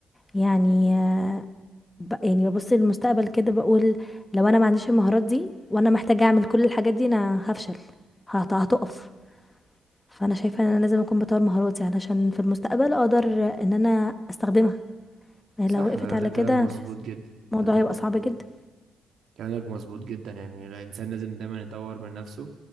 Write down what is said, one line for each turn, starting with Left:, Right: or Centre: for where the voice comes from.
Left: يعني آه ب- يعني ببص للمستقبل كده بقول لو انا ما عنديش المهارات دي وانا محتاجة اعمل كل الحاجات دي انا هفشل هت- هتقف فانا شايفة ان انا لازم اكون بطور مهاراتي علشان في المستقبل اقدر ان انا استخدمها يعني
Right: صح
Left: لو وقفت
Right: ده,
Left: على
Right: ده كلام
Left: كده
Right: مظبوط جدا
Left: الموضوع
Right: كلام
Left: هيبقى
Right: مظبوط
Left: صعب جدا
Right: جدا كلامك مظبوط جدا يعني الإنسان لازم دايما يطور من نفسه